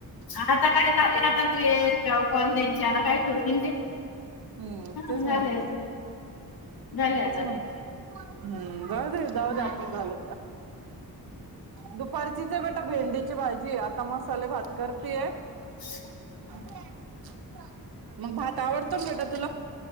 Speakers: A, on the left; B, on the right.
A: आता कट झाले आता ते कॉल यांचे आता काय ठेवतील ते
B: हम्म
A: हा
B: तेच
A: झाले
B: म्हटलं
A: आता झाले आता
B: तेच म्हटलं
A: त्यांचे
B: हम्म जाऊ दे जाऊ दे
A: झाले
B: आपणच झाल दुपारचीच आहे बेटा आता भेंडीची भाजी आता मसाले भात कर हे
A: <unintelligible>
B: मग भात आवडतो ना बेटा तुला